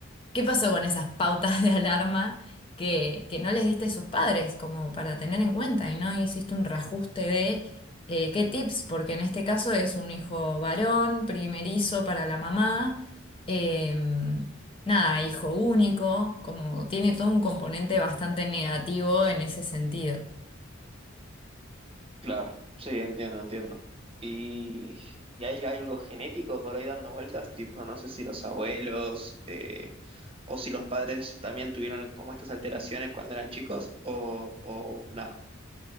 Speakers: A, on the left; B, on the right.
A: ¿Qué pasó con esas pautas de alarma que, que no les diste a sus padres como para tener en cuenta y no hiciste un reajuste de eh, qué tips? Porque en este caso es un hijo varón, primerizo para la mamá, eh, nada, hijo único, como tiene todo un componente bastante negativo en ese sentido.
B: Claro, sí, entiendo, entiendo. Y, y hay algo genético por ahí dando vueltas, tipo, no sé si los abuelos eh, o si los padres también tuvieron como estas alteraciones cuando eran chicos o, o nada.